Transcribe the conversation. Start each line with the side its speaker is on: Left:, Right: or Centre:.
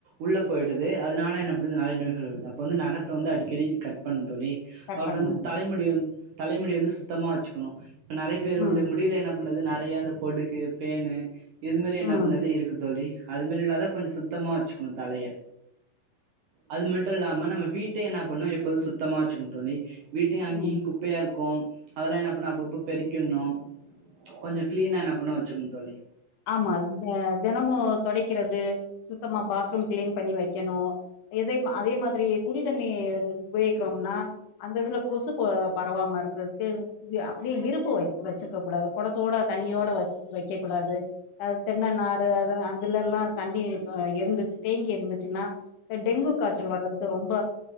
Right: உள்ள போய்டுது அதனால என்ன பண்ணுது நெரைய நோய்கள் வருது அப்ப வந்து நக த்த வந்து அடிக்கடி கட்டு பண்ணு தோழி
Left: கட்
Right: அப்பறோ
Left: பண்ணுங்க
Right: வந்து தலைமுடி வந்து தலைமுடி வந்து சுத்தமா வச்சுக்கணு இப்ப நெறைய பேருடைய
Left: ம்
Right: முடியில என்ன பண்ணது நறைய அந்த பொடுகு பேனு இது மெரி என்ன
Left: ம்
Right: பண்ணது இருக்கு தோழி அதுமாரி இல்லாத கொஞ்சொ சுத்தமா வச்சுக்கணும் தலைய அது மட்டு இல்லாம நம்ம வீட் டயு என்ன பண்ணு எப்போவு சுத்தமா வச்சுக்கணு தோழி வீட்டையு அங்கேயு
Left: ம்
Right: குப் பையா இருக்கு அதெல்லா என்ன பண்ணு அப்பப்ப பெறிக்கிர்ணு கொஞ்சொ கிளீனா என்ன பண்ண வச்சுக்கோங் தோழி
Left: ஆமா த தெனமு தொடைக்கிறது சுத்தமா பாத்ரூம் கிளீன் பண்ணி வைக்கணு எதையும் அதே மாதிரி குடிதண்ணி உபயோக்கிறோனா அந்த இதுல கொசுக்க பரவாம இருக்கறதுக்கு அப்டியே இருப்பு வைக் வச்சிருக்க கூடாது கொடத்தோட தண்ணியோட வைக் வைக்க கூடாது அது தென்ன நாறு அது அதுலல்லா தண்ணி அ இருந்துச்சு தேங்கி இருந்துச்சுன்னா இந்த டெங்கு காய்ச்சல் வர்றதுக்கு ரொம்ப